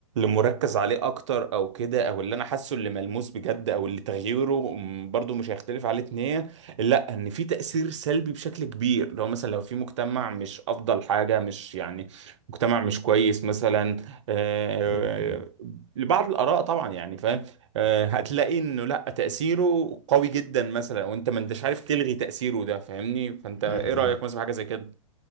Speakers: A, on the right (about 55°); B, on the left (about 35°).
A: مركز عليه اكتر او كده او اللي انا حاسه اللي ملموس بجد او اللي تغييره م- برضو مش هيختلف عليه اتنين لا ان في تأثير سلبي بشكل كبير لو مثلا لو في مجتمع مش افضل حاجة مش يعني مجتمع مش كويس مثلا آه،
B: م-
A: لبعض الاراء طبعا يعني فاهم آه، هتلاقي انه لا تأثيره قوي جدا مثلا وانت ما انتش عارف تلغي تأثيره ده فاهمني فانت
B: م-
A: ايه
B: م-
A: رأيك مثلا في حاجة زي كده